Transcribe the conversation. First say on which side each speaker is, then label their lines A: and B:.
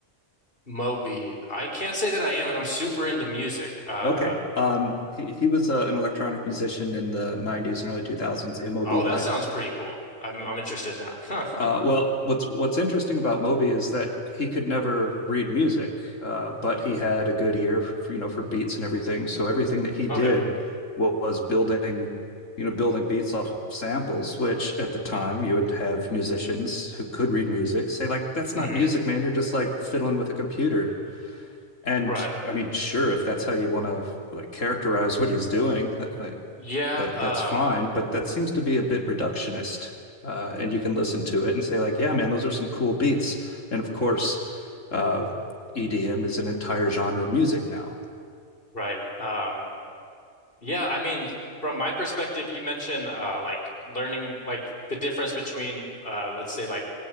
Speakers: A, on the left (about 45°); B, on the left (about 75°).
A: Moby, I can't say that I am, and I'm super into music. Uh,
B: Okay. Um, he, he was uh, an electronic musician in the 90s and early 2000s, M.O.B.Y.
A: oh, that sounds pretty cool. I'm I'm interested now. <laughs>
B: Uh, well, what's what's interesting about Moby is that he could never read music, uh, but he had a good ear for, you know, for beats and everything. So everything that he did
A: Okay.
B: was building, you know, building beats off of samples, which at the time you would have musicians who could read music say like, that's
A: hmm
B: not music, man. You're just like fiddling with a computer. And
A: Right.
B: I mean, sure, if that's how you want to like characterize what he's doing, that like
A: Yeah.
B: that
A: Um.
B: that's fine, but that seems to be a bit reductionist. Uh, and you can listen to it and say like, yeah, man, those are some cool beats. And of course, uh, EDM is an entire genre of music now.
A: Right. Um. Yeah, I mean, from my perspective, you mentioned uh, like learning like the difference between uh, let's say like